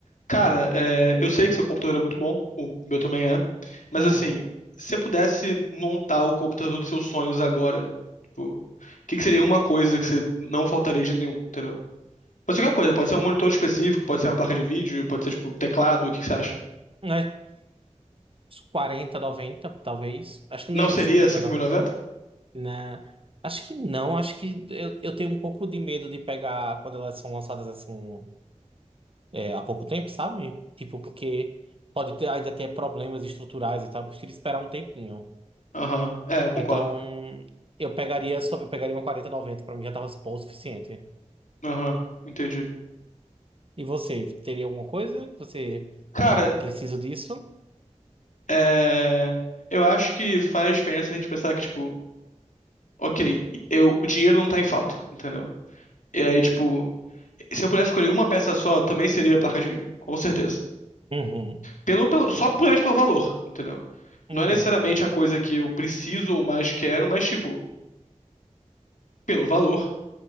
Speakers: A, on the left; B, on the right.
A: Cara, é, eu sei que seu computador é muito bom, o meu também é, mas
B: Uhum.
A: assim, se você pudesse montar o computador dos seus sonhos agora, tipo, o que que seria uma coisa que você não faltaria de jeito nenhum, entendeu? Pode ser qualquer coisa, pode ser um monitor específico, pode ser uma placa de vídeo, pode ser tipo teclado, o que que você acha?
B: Um quarenta noventa talvez. Acho que
A: Não
B: não ia
A: seria
B: pra 50,
A: 5.090?
B: não. na Acho que não, acho que eu, eu tenho um pouco de medo de pegar quando elas são lançadas assim é, há pouco tempo, sabe? Tipo, porque pode ter, ainda ter problemas estruturais e tal, eu prefiro esperar um tempinho.
A: Aham, É, eu concordo.
B: Então, eu pegaria só, eu pegaria uma quarenta noventa pra mim já tava bom o suficiente.
A: Aham, Entendi.
B: E você, teria alguma coisa que você,
A: Cara,
B: tá, preciso disso?
A: é, eu acho que faz diferença a gente pensar que, tipo, ok, eu, o dinheiro não tá em falta, entendeu? E aí, tipo, Se eu pudesse escolher uma peça só, também seria a placa de vídeo, com certeza.
B: Uhum,
A: Pelo, pelo, só puramente pelo valor, entendeu? Não
B: uhum.
A: é necessariamente a coisa que eu preciso ou mais quero, mas, tipo, pelo valor,